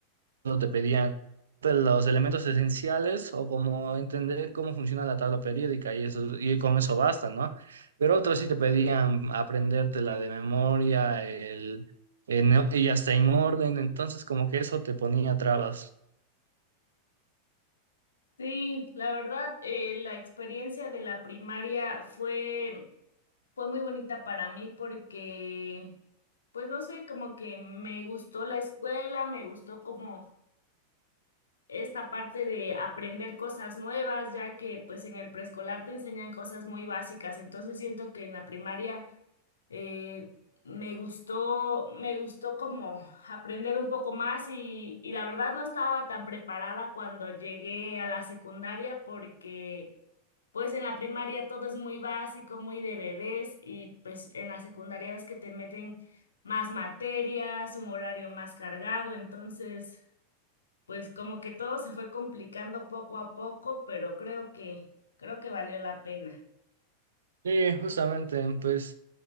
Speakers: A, on the right; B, on the left.
A: solo te pedían los elementos esenciales o como entender cómo funciona la tabla periódica y eso, y con eso basta, ¿no? Pero otros sí te pedían aprendértela de memoria, el, en- y hasta en orden, entonces como que eso te ponía trabas.
B: Sí, la verdad, eh, la experiencia de la primaria fue, fue muy bonita para mí porque, pues no sé, como que me gustó la escuela, me gustó como esta parte de aprender cosas nuevas, ya que pues en el preescolar te enseñan cosas muy básicas. Entonces siento que en la primaria eh, me gustó, me gustó como aprender un poco más y, y la verdad no estaba tan preparada cuando llegué a la secundaria porque pues en la primaria todo es muy básico, muy de bebés y pues en la secundaria ves que te meten más materias, un horario más cargado, entonces pues como que todo se fue complicando poco a poco, pero creo que, creo que valió la pena.
A: Sí, justamente, pues